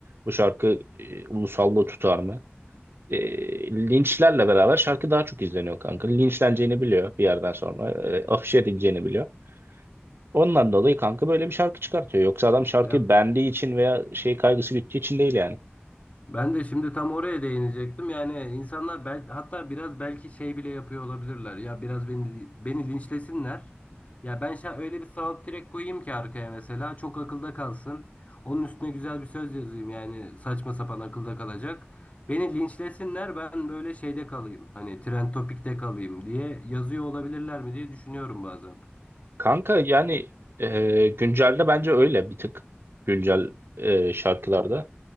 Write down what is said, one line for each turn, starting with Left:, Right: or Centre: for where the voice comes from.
Right: Bu şarkı e, ulusalda tutar mı? e, linçlerle beraber şarkı daha çok izleniyor kanka. Linçleneceğini biliyor bir yerden sonra. E, afişe edileceğini biliyor. Ondan dolayı kanka böyle bir şarkı çıkartıyor. Yoksa adam şarkıyı
Left: ya
Right: beğendiği için veya şey kaygısı bittiği için değil yani.
Left: Ben de şimdi tam oraya değinecektim. Yani insanlar bel, hatta biraz belki şey bile yapıyor olabilirler. Ya biraz beni beni linçlesinler. Ya ben şa öyle bir sağlık direkt koyayım ki arkaya mesela çok akılda kalsın. Onun üstüne güzel bir söz yazayım yani saçma sapan akılda kalacak. Beni linçlesinler ben böyle şeyde kalayım. Hani trend topikte kalayım diye yazıyor olabilirler mi diye düşünüyorum bazen.
Right: Kanka yani e, güncelde bence öyle bir tık güncel e, şarkılarda.